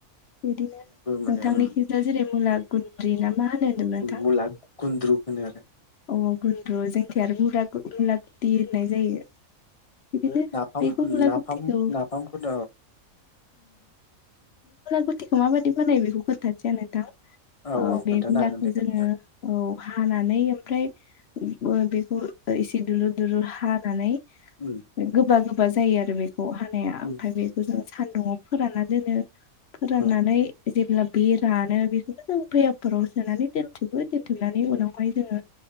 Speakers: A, on the left; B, on the left.
A: बिदिनो नोंथांनिखिजाया
B: माने उम
A: जेरै मुला गुन्द्रि ना मा होनो होनदों नोंथां
B: मुला गुन्द्रु होनो आरो
A: अ गन्द्रु जोंखिया आरो मुला मुला दिरनाय जायो बिदिनो
B: नाफाम
A: बेखौ मुला
B: नाफाम
A: गुथिखौ
B: नाफामखौथ
A: मा बायदि बानायो बेखौ खोन्थानोसै आं नोंथां
B: औ औ
A: बे
B: खोन्थानो
A: मुलाखौ
B: हागोन दे खोन्थानो
A: जोङो औ हानानै ओमफ्राय बेखौ एसे दुलुर दुलुर हानानै
B: हागोन
A: गोबा गोबा जायो आरो बेखौ हानाया
B: उम
A: ओमफ्राय बेखौ जों सान्दुङआव फोरानना दोनो फोराननानै
B: उम
A: जेब्ला बे रानो बेखौनो जों फैयामफोराव सोनानै दोन्थुबो दोनथुमनानै उनावहाय जोङो